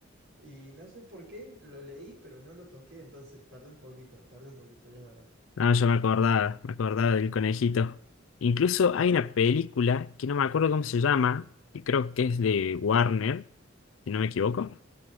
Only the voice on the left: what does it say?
No, yo me acordaba, me acordaba del conejito. Incluso
hay una película que no me acuerdo cómo se llama, que creo que es de Warner, si no me equivoco,